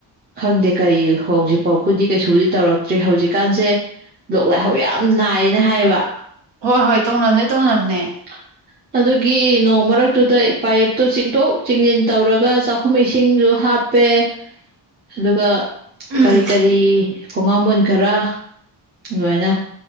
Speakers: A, on the right; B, on the right.
A: ꯈꯪꯗꯦ ꯀꯩ ꯍꯧꯖꯤꯛ ꯐꯥꯎꯕꯗꯤ ꯀꯩꯁꯨꯕꯨꯗꯤ ꯇꯧꯔꯛꯇ꯭ꯔꯤ ꯍꯧꯖꯤꯛ ꯍꯧꯖꯤ ꯀꯥꯟꯁꯦ ꯂꯣꯛ ꯂꯥꯏꯍꯥꯎ ꯌꯥꯝ ꯅꯥꯏꯌꯦꯅ ꯍꯥꯏꯌꯦꯕ
B: ꯍꯣꯏ ꯍꯣꯏ ꯇꯧꯅꯕꯅꯦ ꯇꯧꯅꯕꯅꯦ
A: <inaudible> ꯑꯗꯨꯒꯤ ꯅꯣꯡ ꯃꯔꯛꯇꯨꯗ ꯄꯥꯏꯞꯇꯣ ꯆꯤꯡꯊꯣꯛ ꯆꯤꯡꯁꯤꯟ ꯇꯧꯔꯒ ꯆꯥꯛꯈꯨꯝ ꯏꯁꯤꯡꯁꯨ ꯍꯥꯞ ꯍꯥꯞꯄꯦ ꯑꯗꯨꯒ
B: ꯎꯝ
A: ꯀꯔꯤ ꯀꯔꯤ ꯈꯣꯡꯉꯥꯝꯕꯣꯟ ꯈꯔ ꯑꯗꯨꯃꯥꯏꯅ